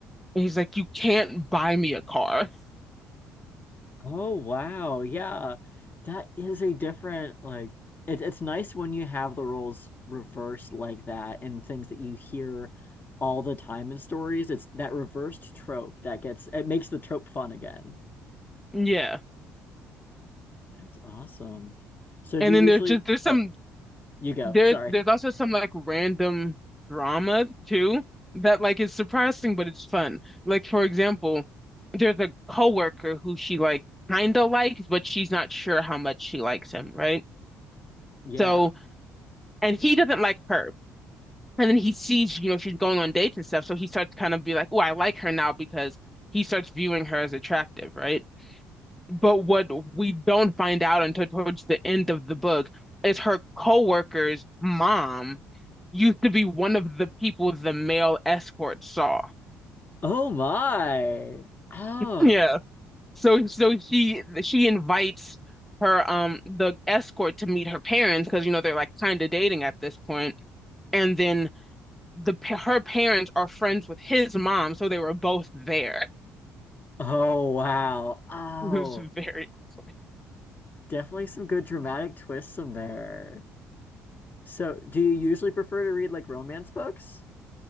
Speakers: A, in the centre; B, on the left.
A: And he's like, You can't buy me a car.
B: Oh, wow. Yeah. That is a different, like, it, it's nice when you have the roles reversed like that and things that you hear all the time in stories. It's that reversed trope that gets, it makes the trope fun again.
A: Yeah.
B: That's awesome. So
A: And
B: do you
A: then
B: usually,
A: there's just there's some
B: oh, you go.
A: There,
B: Sorry.
A: there's also some like random drama too that like is surprising, but it's fun. Like for example, there's a coworker who she like kind of likes, but she's not sure how much she likes him, right?
B: Yeah.
A: So, and he doesn't like her. And then he sees, you know, she's going on dates and stuff, so he starts to kind of be like, "Oh, I like her now," because he starts viewing her as attractive, right? But what we don't find out until towards the end of the book is her coworker's mom used to be one of the people the male escort saw.
B: Oh my. Oh.
A: Yeah. So so she she invites her um the escort to meet her parents because you know they're like kind of dating at this point. And then the pa- her parents are friends with his mom, so they were both there. <laughs>
B: Oh, wow. Oh,
A: It was very awkward.
B: definitely some good dramatic twists in there. So, do you usually prefer to read like romance books?